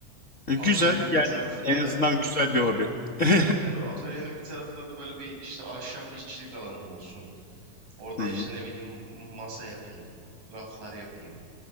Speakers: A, on the left (about 55°); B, on the right (about 90°).
A: Güzel
B: Atölyenin
A: yani
B: bir tarafında
A: en
B: da
A: azından güzel bir hobi. <laughs>
B: e, tabii tabii atölyenin bir tarafında da böyle bir işte ahşap işçilik alanım olsun. Orada
A: Hı hı.
B: işte ne bileyim masa yapayım, raflar yapayım.